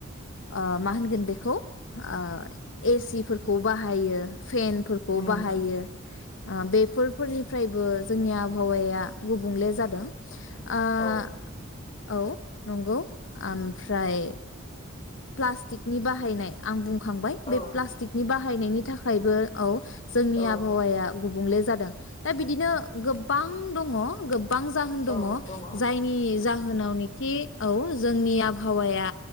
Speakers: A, on the left (about 65°); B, on the left (about 30°).
A: ओह माहोनगोनबेखौ ओह ए सि फोरखौ बाहायो। फेन फोरखौ
B: उम
A: बाहायो। ओह बेफोर फोरनिफ्रायबो जोंनिआबहावाया गुबुंलेजादों। आह
B: औ
A: औ नंगौ ओमफ्राय प्लास्टिकनि बाहायनाय आंबुं खांबाय
B: औ
A: बेप्लास्टिकनि बाहायनायनि थाखायबो। औ। जोंनि
B: औ
A: आबहावाया गुबुंलेजादों। दाबिदिनो गोबांदङ गोब गोबां जाहोनदङ
B: औ दङ
A: जायनि जाहो होनावनोखि औ जोंनि आबहावाया